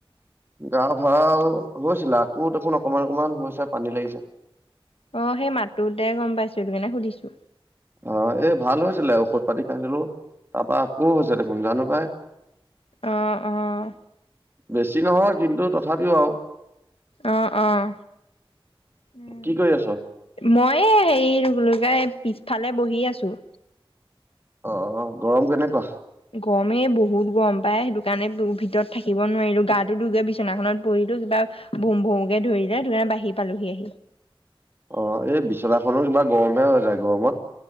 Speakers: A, on the right; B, on the left.
A: গা ভাল হৈছিলা আকৌ দেখোন অকমান অকমান হৈছে পানী লাগিছে।
B: অ সেই মাতটোতে গম পাইছিলো <unintelligible> সুধিছো।
A: অ'এই ভাল হৈছিলে ঔষধ পাতি খাইছিলো, তাৰপা আকৌ হৈছে দেখোন জানো পাই।
B: অ', অ',
A: বেছি নহয় কিন্তু তথাপিও আৰু।
B: আহ আহ। উম,
A: কি কৰি আছ
B: মই এ হেৰি কি বুলি কয়? পিছফালে বহি আছোঁ।
A: অ' গৰম কেনেকুৱা।
B: গৰমেই বহুত গৰম পাই সেইটো কাৰণে ভিতৰত থাকিব নোৱাৰিলো গা দুগে বিচনাখনত পৰি কিবা ভুম-ভুমকে ধৰিলে সেইটো কাৰণে বাঢ়ি পালোহি।
A: অ 'এই বিচনাখনো কিবা গৰমহে হৈ যায় গৰমত।